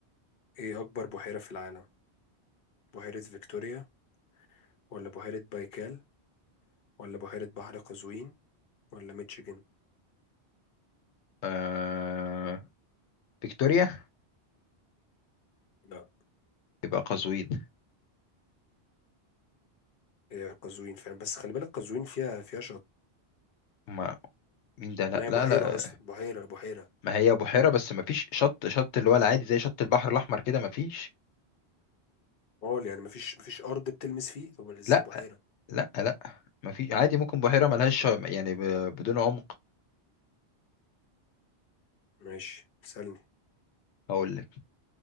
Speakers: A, on the left; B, on the left.
A: ايه اكبر بحيرة في العالم بحيرة فيكتوريا ولا بحيرة بايكال ولا بحيرة بحر قزوين ولا ميتشيجن
B: آه... فيكتوريا
A: لا
B: يبقى قزوين
A: هي قزوين فعلا بس خلي بالك قزوين فيها فيها شط
B: ما مين ده لا
A: ما هي
B: لا
A: بحيرة
B: لا
A: اصلا بحيرة بحيرة
B: ما هي بحيرة بس ما فيش شط شط اللي هو العادي زي شط البحر الأحمر كده ما فيش
A: قول يعني مفيش مفيش ارض بتلمس فيه طب ازاي
B: لا
A: بحيرة
B: لا لا ما فيش عادي ممكن بحيرة ملهاش يعني ب... بدون عمق
A: ماشي سألني
B: هقول لك